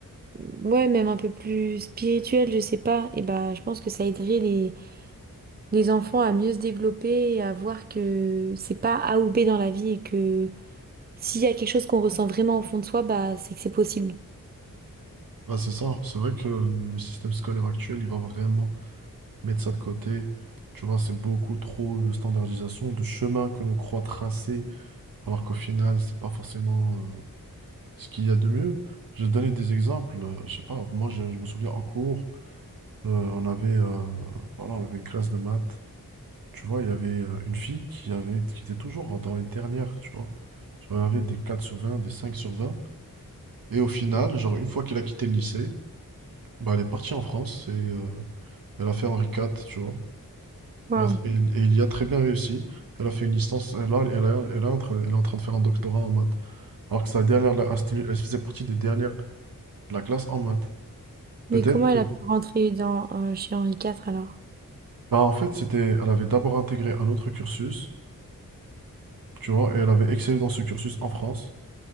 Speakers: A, on the right; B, on the right.
A: ouais, même un peu plus spirituelle, je sais pas, et bah, je pense que ça aiderait les, les enfants à mieux se développer et à voir que c'est pas A ou B dans la vie et que s'il y a quelque chose qu'on ressent vraiment au fond de soi, bah, c'est que c'est possible.
B: Ouais, c'est ça, c'est vrai que le système scolaire actuel, il va vraiment mettre ça de côté. Tu vois, c'est beaucoup trop de standardisation, de chemin que l'on croit tracer, alors qu'au final, c'est pas forcément euh, ce qu'il y a de mieux. Je vais te donner des exemples. euh, Je sais pas, moi, je je me souviens en cours. Heu, on avait, heu, voilà, on avait une classe de maths, tu vois? Il y avait, heu, une fille qui avait qui était toujours dans les dernières, tu vois? Genre, elle avait des 4/20, des cinq sur vingt et au final, genre, une fois qu'elle a quitté le lycée, bah, elle est partie en France et heu, elle a fait Henri IV, tu vois?
A: Waouh.
B: Elle a tr et et il y a très bien réussi. Elle a fait une licence et là elle a elle est en train elle est en train de faire un doctorat en maths. Alors que sa dernière là, ah, elle faisait partie des dernières de la classe en maths. Peut-être
A: Mais comment
B: que
A: elle a pu rentrer dans, euh, chez Henri quatre alors?
B: bah, en fait, c'était elle avait d'abord intégré un autre cursus Tu vois, et elle avait excellé dans ce cursus en France.